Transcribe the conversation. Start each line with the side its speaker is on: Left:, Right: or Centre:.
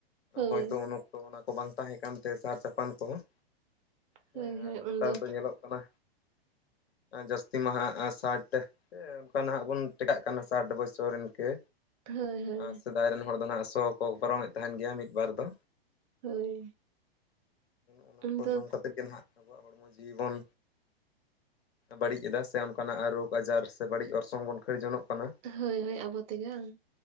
Right: ᱦᱳᱭ
Left: ᱦᱳᱭᱛᱳ ᱩᱱ ᱚᱠᱛᱚ ᱚᱱᱟ ᱠᱚ ᱵᱟᱝ ᱛᱟᱦᱮᱸ ᱠᱟᱱᱛᱮ ᱥᱟᱨ ᱪᱟᱯᱟᱱ ᱠᱚ ᱦᱚᱸ ᱦᱮᱸ
Right: ᱦᱳᱭ ᱦᱳᱭ
Left: ᱟᱨ ᱱᱮᱛᱟᱨ
Right: ᱩᱱᱫᱚ
Left: ᱫᱚ ᱧᱮᱞᱚᱜ ᱠᱟᱱᱟ ᱡᱟᱹᱥᱛᱤ ᱢᱟᱦᱟ ᱼᱼ ᱱᱟᱜᱟ ᱥᱟᱴ ᱚᱱᱠᱟ ᱱᱟᱦᱟᱜ ᱵᱚᱱ ᱴᱮᱠᱟᱜ ᱠᱟᱱᱟ ᱥᱟᱴ ᱵᱚᱪᱷᱚᱨ ᱤᱱᱠᱟᱹ
Right: ᱦᱳᱭ ᱦᱳᱭ
Left: ᱟᱨ ᱥᱮᱫᱟᱭ ᱨᱮᱱ ᱦᱚᱲ ᱫᱚ ᱱᱟᱦᱟᱜ ᱥᱚ ᱠᱚ ᱯᱟᱨᱚᱢᱮᱫ ᱛᱟᱦᱮᱱ ᱜᱮᱭᱟ ᱢᱤᱫ ᱵᱟᱨ ᱫᱚ
Right: ᱦᱳᱭ
Left: ᱚᱱᱟ
Right: ᱩᱱᱫᱚ
Left: ᱠᱚ ᱡᱚᱢ ᱠᱟᱛᱮᱫ ᱜᱮ ᱱᱟᱦᱟᱸᱜ ᱟᱵᱚᱣᱟᱜ ᱦᱚᱲᱢᱚ ᱡᱤᱣᱤ ᱵᱚᱱ ᱵᱟᱹᱲᱤᱡ ᱮᱫᱟ ᱥᱮ ᱚᱱᱠᱟᱱᱟᱜ ᱨᱳᱜᱽ ᱟᱡᱟᱨ ᱥᱮ ᱵᱟᱹᱲᱤᱡ ᱚᱨᱥᱚᱝ ᱵᱚᱱ ᱠᱷᱟᱹᱲ ᱡᱚᱱᱚᱜ ᱠᱟᱱᱟ
Right: ᱦᱳᱭ ᱦᱳᱭ ᱟᱵᱚ ᱛᱮᱜᱮ ᱟᱝ